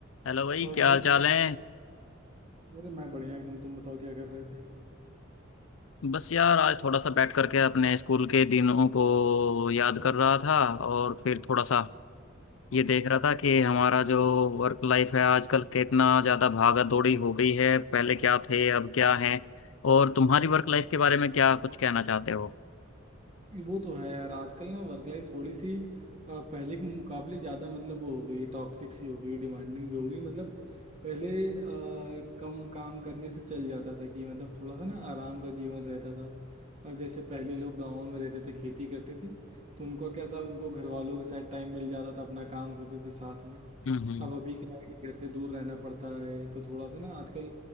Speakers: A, on the left; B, on the right.
A: हेलो भाई
B: और
A: क्या
B: भाई
A: हाल चाल है
B: अरे मैं बढ़िया एकदम तुम बताओ क्या कर रहे थे
A: बस यार आज थोड़ा सा बैठ करके अपने स्कूल के दिनों को याद कर रहा था और फिर थोड़ा सा ये देख रहा था कि हमारा जो वर्क लाइफ है आजकल कितना ज़्यादा भागा दौड़ी हो गई है पहले क्या थे अब क्या हैं और तुम्हारी वर्क लाइफ के बारे में क्या कुछ कहना चाहते हो
B: ये वो तो है यार आजकल ना वर्क लाइफ थोड़ी सी अ, पहले के मुकाबले ज़्यादा मतलब वो हो गई टॉक्सिक सी हो गई डिमांडिंग भी हो गई मतलब पहले अ, कम काम करने से चल जाता था कि मतलब थोड़ा सा ना आराम का जीवन रहता था अब जैसे पहले लोग गाँव में रहते थे खेती करते थे तो उनका क्या था उनको घर वालों के साथ टाइम मिल जाता था अपना काम करते थे साथ में
A: हम्म
B: अब अभी क्या है कि घर से दूर रहना पड़ता है तो थोड़ा सा ना आजकल